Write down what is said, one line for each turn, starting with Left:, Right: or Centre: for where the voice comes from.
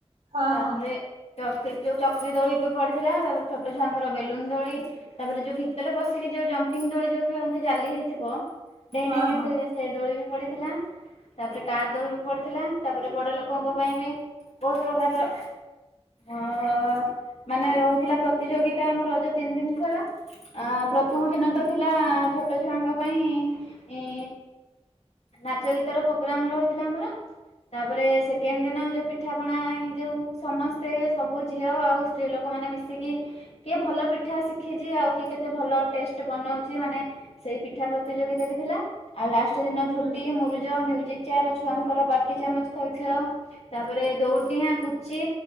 Right: ହଁ
Left: ତାପରେ।
Right: ହଁ
Left: ଚକ୍ରି ଯୋଉ ଚକ୍ରି ଦୋଳି ବି ପଡିଥିଲା ତାପରେ ଛୋଟ ଛୁଆଙ୍କର ବେଲୁନ ଦୋଳି। ତାପରେ ଯୋଉ ଭିତରେ ପଶିକି ଯୋଉ ଜମ୍ପିଙ୍ଗ ଦୋଳି ଯୋଉ ଖେଳନ୍ତି ଜାଲି ହେଇଥିବ। ଡେଇଁକା
Right: ହଁ
Left: ଡେଇଁକା
Right: ହଁ
Left: ଖେଳିବେ ସେ ଦୋଳି ବି ପଡିଥିଲା ତାପରେ। କାର୍ ଦୋଳି ବି ପଡିଥିଲା ତାପରେ ବଡଲୋକଙ୍କ ପାଇଁ ବି ବହୁତ ପ୍ରକାରର। ଅ ମାନେ ରହିଥିଲା ପ୍ରତିଯୋଗିତା ଆମ ରଜ ତିନ ଦିନ ସେରା। ଅ ପ୍ରଥମଦିନ
Right: ହୁଁ
Left: ତ ଥିଲା ଛୋଟ ଛୁଆଙ୍କ। ପାଇଁ ଇଁ ନାଚ ଗୀତର ପ୍ରୋଗ୍ରାମ ରହିଥିଲା ଆମର। ତାପରେ ସେକେଣ୍ଡ ଦିନ ଯୋଉ ପିଠାପଣା ଯୋଉ ସମସ୍ତେ ସବୁ ଝିଅ ଆଉ। ସ୍ତ୍ରୀ ଲୋକମାନେ ମିଶିକି। କିଏ ଭଲ ପିଠା ଶିଖିଛି ଆଉ କିଏ କେତେ ଭଲ ଟେଷ୍ଟ ବନଉଛି ମାନେ। ସେଇ ପିଠା ପ୍ରତିଯୋଗିତା ବି ଥିଲା ଆଉ ଲାଷ୍ଟ ଦିନ ଝୋଟି
Right: ହୁଁ
Left: ମୁରୁଜ ମ୍ୟୁଜିକ୍। ଚେଆର ଛୁଆଙ୍କର ବାଟି ଚାମଚ ଖ ଖେଳ ତାପରେ ଦୌଡିଡ଼ିଆଁ ପୁଚି।